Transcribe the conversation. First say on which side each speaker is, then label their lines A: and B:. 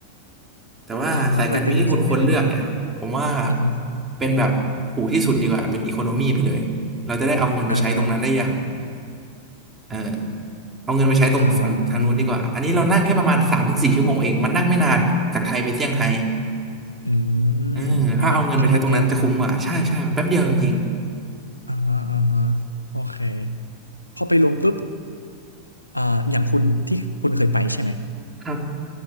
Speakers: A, on the right; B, on the left.
A: แต่ว่าสายการบินที่คุณควรเลือกเนี่ยผมว่า
B: อ่าฮะไปไปลงเซี่ยงไฮ้ได้เลยอือฮึ
A: เป็นแบบถูกที่สุดดีกว่าเป็นอีโคโนมีไปเลยเราจะได้เอาเงินไปใช้ตรงนั้นได้อย่าง
B: อ่าฮะ
A: เออเอาเงินไปใช้ตรงฝั่งทางนู้นดีกว่าอันนี้เรานั่งแค่ประมาณสามถึงสี่ชั่วโมงเองมันนั่งไม่นานจากไทยไปเซี่ยงไฮ้
B: อ่า อืมอ๋อมันแค่แป๊บเดียวเนาะ
A: เออถ้าเอาเงินไปใช้ตรงนั้นจะคุ้มกว่าใช่ใช่มันแป๊บเดียวจริง
B: อ่าฮะอ่าฮะโอเคพอไปลงปุ๊บอ่าอย่างคุณที่คุณเคยไปใช่ไหม
A: ๆครับ